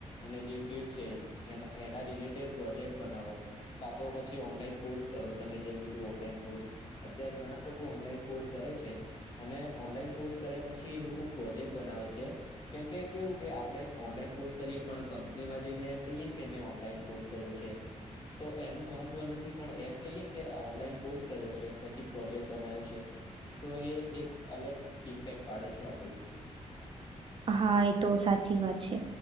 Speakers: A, on the left; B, on the right.
A: અને જે ફિલ્ડ છે એના એના રિલેટેડ પ્રોજેક્ટ બનાવો. કાં તો પછી ઓનલાઈન કોર્સ કરો તમે જેમ કીધું ઓનલાઈન કોર્સ અત્યારે ઘણા ઓનલાઈન કોર્સ કરે છે. અને ઓનલાઈન કોર્સ કર્યા પછી એ લોકો પ્રોજેક્ટ બનાવે છે. કેમકે કેવું કે આપડે ઓનલાઈન કોર્સ કરીએ પણ કંપનીમાં જઈને એમ કહીએને કે અમે ઓનલાઈન કોર્સ કર્યો છે તો એનું મહત્વ નથી પણ એમ કહીએ ને કે આ ઓનલાઈન કોર્સ કર્યો છે ન પછી પ્રોજેક્ટ બનાયો છે. તો એ એક અલગ ઇમ્પેક્ટ પાડે છે આપડું.
B: હા એ તો સાચી વાત છે.